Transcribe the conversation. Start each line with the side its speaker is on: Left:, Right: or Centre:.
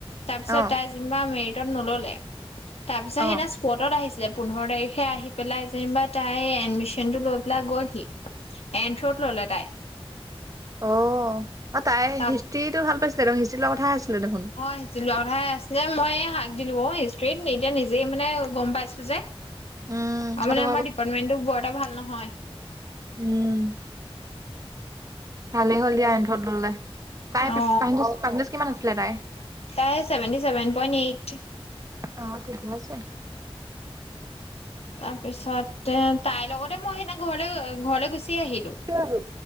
Left: তাপিছত
Right: অ
Left: তাই নিবা মেৰিটত নল'লে। তাৰ পিছত
Right: অ
Left: সেদনা পটত আহিছিলে, পোন্ধৰ তাৰিখে আহি পেলাই যেনিবা তাই এডমিশনটো লৈ পেলাই গ'লহি। এনথ্ৰত ল'লে তাই?
Right: ও, অ' তাই
Left: তাক
Right: হিষ্ট্ৰ্ৰীটো ভাল পাইছিলে দেখোন, হিষ্ট্ৰীৰ লোৱা কথা আছিলে দেখোন।
Left: হয়, হিষ্ট্ৰীট লোৱা কথা হে আছিলে। ময়ে হাক দিলোঁ অ' ট্ৰেত মেএ নিজেই মানে গম পাইছো যে
Right: উম
Left: আৰু
Right: সেইটো
Left: মানে আমাৰ ডিপাৰ্টমেণ্টো বৰ এটা ভাল নহয়।
Right: উম। ভালেই হ'ল দিয়া এন্থত ল'লে। তাই পিপ
Left: অ
Right: পাছেন্তেছ পাছেন্তেছ কিমান আছিলে তাই?
Left: তাই ছেভেণ্টি ছেভেন পইন এইট।
Right: অ' ঠিকে আছে।
Left: তাৰপিছতে তাইৰ লগতে মই সিনা ঘৰলৈ ঘৰলে গুচি আহিলো।
Right: কিয় হিল?